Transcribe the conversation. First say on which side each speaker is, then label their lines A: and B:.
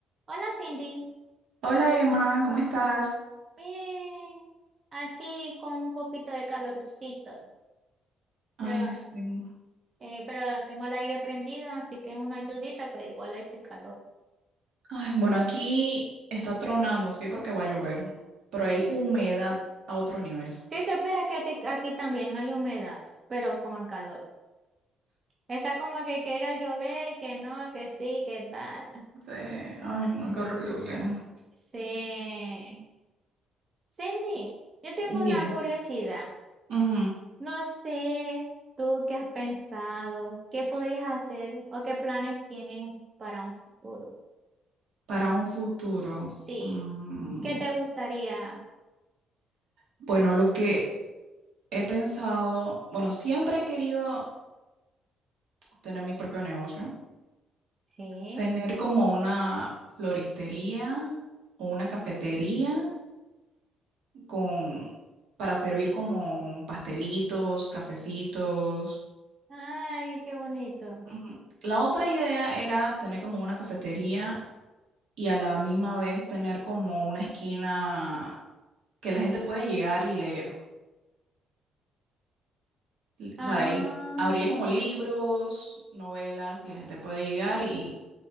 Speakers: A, on the right; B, on the right.
A: Hola Cindy,
B: Hola Emma, ¿cómo estás?
A: bien, aquí con un poquito de calorcito,
B: Ay,
A: pero,
B: sí.
A: eh, pero tengo el aire prendido, así que es una ayudita, pero igual ese calor.
B: Ay, bueno, aquí está tronando, así que creo que va a llover, pero hay
A: <laughs>
B: humedad a otro nivel.
A: Sí, se espera que a ti- aquí también hay humedad, pero con el calor. Está como que quiera llover, que no, que sí, que tal.
B: Sí, Ay, no, qué horrible.
A: Sí. Cindy, yo tengo
B: Dime.
A: una curiosidad.
B: Ujú.
A: No sé tú qué has pensado, qué podrías hacer o qué planes tienes para un futuro.
B: Para un futuro.
A: Sí.
B: mm,
A: ¿Qué te gustaría?
B: bueno, lo que he pensado, bueno, siempre he querido tener mi propio negocio,
A: Sí.
B: tener como una floristería o una cafetería con, para servir como pastelitos, cafecitos.
A: Ay, qué bonito.
B: Ujú. La otra idea era tener como una cafetería y a la misma vez tener como una esquina que la gente puede llegar y leer. L-
A: Ah,
B: O sea, ahí habría como libros, novelas y la gente puede llegar y